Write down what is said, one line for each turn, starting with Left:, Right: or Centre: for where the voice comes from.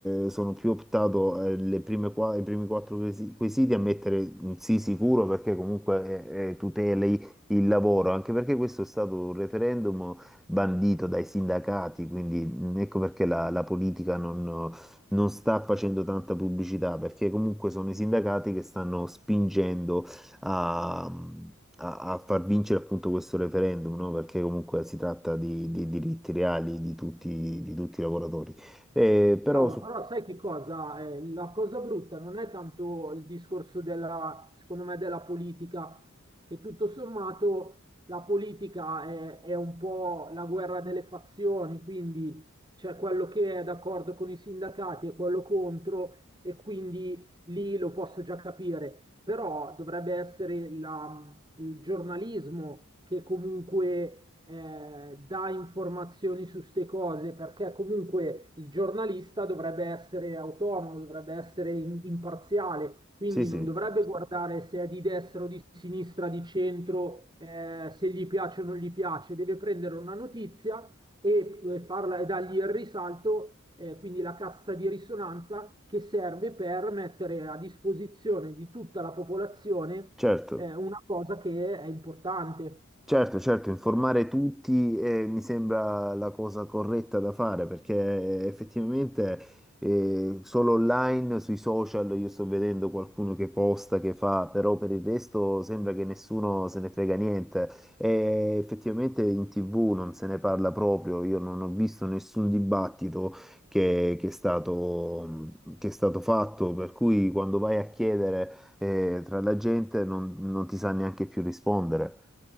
Centre: eh, sono più optato eh, le prime qua- i primi quattro quesi- quesiti a mettere un sì sicuro perché comunque eh, eh, tuteli il lavoro, anche perché questo è stato un referendum bandito dai sindacati, quindi mm, ecco perché la, la politica non non sta facendo tanta pubblicità perché comunque sono i sindacati che stanno spingendo a, a- a far vincere appunto questo referendum, no? Perché comunque si tratta di, di diritti reali di tutti, di tutti i lavoratori. Eh, però
Right: Cavolo,
Centre: su-
Right: però sai che cosa? Eh, la cosa brutta non è tanto il discorso della, secondo me, della politica, che tutto sommato la politica è, è un po' la guerra delle fazioni, quindi c'è quello che è d'accordo con i sindacati e quello contro, e quindi lì lo posso già capire, però dovrebbe essere la, il giornalismo che comunque eh, dà informazioni su ste cose, perché comunque il giornalista dovrebbe essere autonomo, dovrebbe essere in- imparziale, quindi
Centre: sì, sì,
Right: non dovrebbe guardare se è di destra o di sinistra, di centro, eh, se gli piace o non gli piace, deve prendere una notizia e, e farla, e dargli il risalto eh, quindi la cassa di risonanza che serve per mettere a disposizione di tutta la popolazione
Centre: certo.
Right: è una cosa che è importante.
Centre: Certo, certo, informare tutti eh, mi sembra la cosa corretta da fare perché effettivamente eh, solo online, sui social, io sto vedendo qualcuno che posta, che fa, però per il resto sembra che nessuno se ne frega niente. E effettivamente in TV non se ne parla proprio, io non ho visto nessun dibattito che, che è stato, che è stato fatto, per cui quando vai a chiedere eh, tra la gente non, non ti sa neanche più rispondere.